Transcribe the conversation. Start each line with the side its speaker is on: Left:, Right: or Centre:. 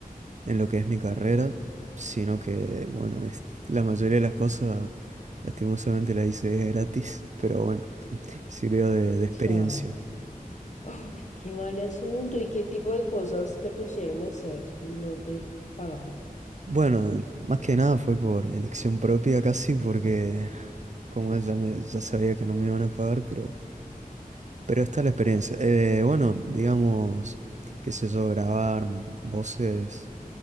Right: en lo que es mi carrera, sino que, bueno, es, la mayoría de las cosas, lastimosamente, las hice gratis, pero bueno, sirvió de, de experiencia.
Left: claro. Ay, qué mal asunto. ¿Y qué tipo de cosas te pusieron a hacer y no te pagaron?
Right: Bueno, más que nada fue por elección propia casi, porque como es, ya, me- ya sabía que no me iban a pagar, pero, pero está la experiencia. Eh, bueno, digamos, qué sé yo, grabar voces.